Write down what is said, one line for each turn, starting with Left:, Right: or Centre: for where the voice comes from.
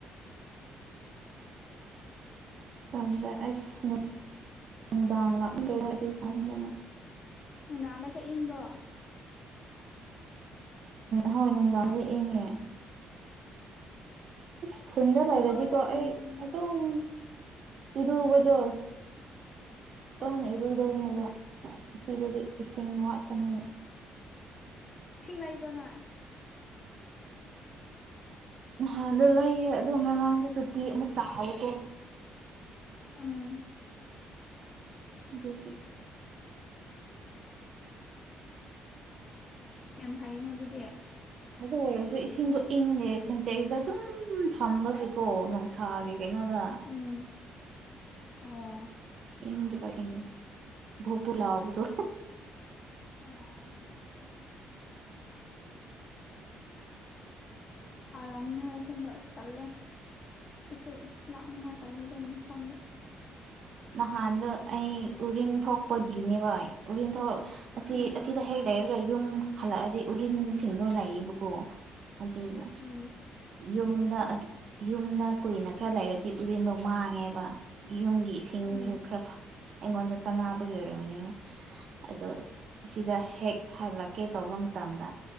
Right: ꯃꯇꯝꯗ ꯑꯁ ꯅꯨꯡꯗꯥꯡ ꯂꯥꯛꯅꯤꯡꯕꯩꯗꯗꯤ ꯆꯟꯗꯅ
Left: ꯉꯥꯟꯅ ꯁꯦ ꯏꯪꯕꯣ
Right: ꯍꯣꯏ ꯅꯨꯡꯗꯥꯡꯁꯦ ꯏꯡꯉꯦ ꯑꯁ ꯈꯨꯟꯗ ꯂꯩꯔꯗꯤꯀꯣ
Left: ꯍꯣꯏ ꯎꯝ
Right: ꯑꯩ ꯑꯗꯨꯝ ꯏꯔꯨꯕꯗꯣ ꯇꯣꯏꯅ
Left: ꯑꯣ ꯍꯣꯏ
Right: ꯏꯔꯨꯗꯧꯅꯦꯕ ꯁꯤꯗꯗꯤ ꯏꯁꯤꯡ ꯋꯥꯠꯀꯅꯤꯅꯦ
Left: ꯁꯤꯡ ꯂꯩꯥꯏꯕ꯭ꯔꯣꯅ
Right: ꯅꯍꯥꯟꯗꯣ ꯂꯩꯌꯦ ꯑꯗꯣ ꯉꯔꯥꯡꯗ ꯇꯨꯇꯤ ꯑꯃꯨꯛ ꯇꯥꯕꯀꯣ
Left: ꯎꯝ
Right: ꯂꯅꯤꯦ
Left: ꯌꯥꯝ ꯐꯩꯌꯦꯅꯦ ꯑꯗꯨꯗꯤ
Right: ꯑꯗꯨ ꯑꯣꯏꯔꯁꯨ ꯏꯁꯤꯡꯗꯣ ꯏꯪꯉꯦ ꯁꯦꯟꯇꯦꯛꯁꯤꯗ ꯑꯗꯨꯝ ꯎ ꯊꯝꯕꯒꯤꯦꯀꯣ ꯅꯨꯡꯁꯥꯒꯤ ꯀꯩꯅꯣꯗ
Left: ꯎꯝ ꯑꯣ
Right: ꯍꯗꯤ ꯄꯔꯅꯤ ꯚꯄꯨꯂꯕ꯭ꯔ
Left: ꯑ ꯑ ꯎꯝ ꯍꯥꯔꯝꯅꯤ ꯍꯣꯏ ꯁꯤꯁꯤꯡꯕ ꯑꯁ ꯇꯜꯂꯦ ꯑꯩꯁꯨ ꯂꯥꯛꯅꯤꯡꯉꯥꯏ ꯇꯜꯂ ꯑꯗꯨꯝ ꯃꯐꯝꯗ
Right: ꯅꯍꯥꯟꯗ ꯑꯩ ꯎꯔꯤꯟ ꯊꯣꯛꯄꯒꯤꯅꯦꯚꯥꯏ ꯎꯔꯤꯟ ꯊꯣꯛ ꯑꯁꯤ
Left: ꯎꯝ
Right: ꯑꯁꯤꯗ ꯍꯦꯛ ꯂꯩꯔꯒ ꯌꯨꯝ ꯍꯜꯂꯛꯑꯗꯤ ꯎꯔꯤꯟꯁꯤꯡꯗꯣ ꯂꯥꯛꯏꯕꯀꯣ ꯑꯗꯨꯒ
Left: ꯎꯝ
Right: ꯌꯨꯝꯗ ꯌꯨꯝꯗ ꯀꯨꯏꯅ ꯈꯔ ꯂꯩꯔꯗꯤ ꯎꯔꯤꯟꯗꯣ ꯃꯥꯡꯉꯦꯕ ꯌꯨꯝꯒꯤ ꯏꯁꯤꯡꯗꯣ
Left: ꯎꯝ
Right: ꯈꯔ ꯑꯦꯡꯣꯗ ꯆꯅꯥꯕꯨꯨꯏꯔ ꯍꯅꯦꯃ ꯑꯣ ꯑꯁꯤꯗ ꯍꯦꯛ ꯍꯂꯛꯀꯦ ꯇꯧꯕ ꯃꯇꯝꯗ